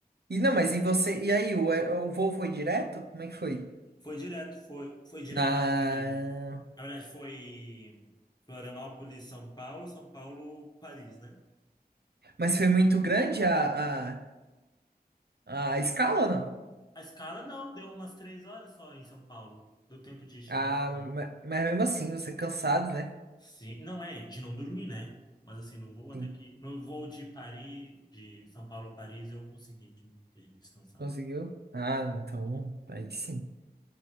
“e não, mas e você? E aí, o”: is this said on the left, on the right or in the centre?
Right